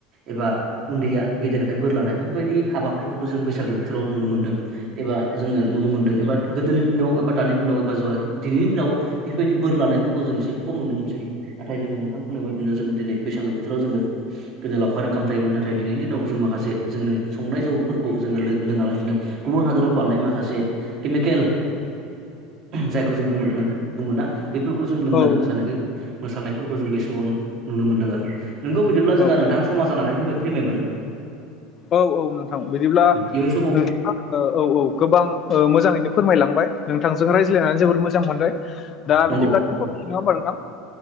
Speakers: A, on the right; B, on the left.
A: एबा उन्दैया गेदेरनिफ्राय बोर लानायबो बेफोरबायायदि हाबाफोरखौबो जों बैसागु बोथोराव नुनो मोनदों एबा जोङो नुनो मोनदों एबा गोदोनि दिनाव एबा दानि दिनाव एबा ज दिनैनि दिनाव बेफोरबायदि बोर लानायफोरखौ जों एसे खम नुनो मोनसै नाथाय जो नोंथां बोंनाय बदिनो जोङो दिनै बैसागो बोथोराव जोङो गोदो लावखार ओंखाम जायोमोन नाथाय दिनैनि दिनाव जों माखासे जोंनि संनाय जौफोरखौ जोङो लोङा लासिनो गुबुन हादराव बारनाय माखासे केमिकेल जायखौ जों बुं बुङोना बेफोरखौ जों लोंनानै
B: औ औ
A: मोसानायखो मोसानायफोरखौ जों बे समाव नुनो मोन्दों आरो नोंगौ बिायदिब्ला जोंहा
B: औ
A: नोंथां समाज जानानै फैबाय फैबायमोन।
B: औ औ नोंथां बिदिब्ला
A: इयुन समाव
B: नोंथाङा औ औ गोबां ओ मोजाङैनो फोरमायलांबाय। नोंथांजों रायज्लायनानै जोबोद मोजां मोनबाय दा
A: नंगौ
B: बिदिब्ला दोनथ'नि नङा होमबा नोंथां।